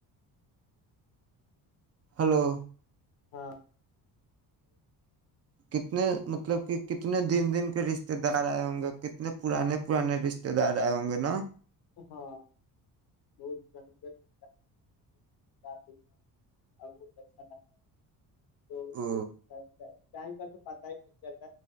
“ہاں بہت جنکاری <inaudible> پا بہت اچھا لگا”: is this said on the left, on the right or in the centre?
Left